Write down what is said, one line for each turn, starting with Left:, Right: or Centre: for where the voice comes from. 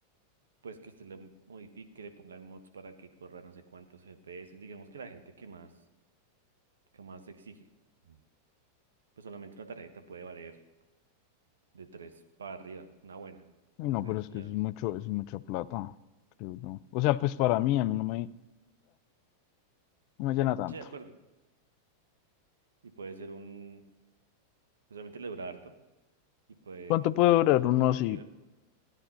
Right: pues que usted le modifique, le ponga el mods para que corra no sé cuántos FPS, digamos que la gente que más, que más exige, Mm. pues solamente una tarjeta puede valer de 3 para arriba, una buena,
Left: No,
Right: 3
Left: pero es
Right: millones.
Left: que eso es mucho, eso es mucha plata, creo yo. O sea, pues para mí, a mí no me, eh, no me llena tanto.
Right: Sí, de acuerdo. Y puede ser un, pues obviamente le dura harto y puede
Left: ¿Cuánto
Right: prácticamente
Left: puede durar
Right: hacer
Left: uno
Right: lo que
Left: así?
Right: quiera,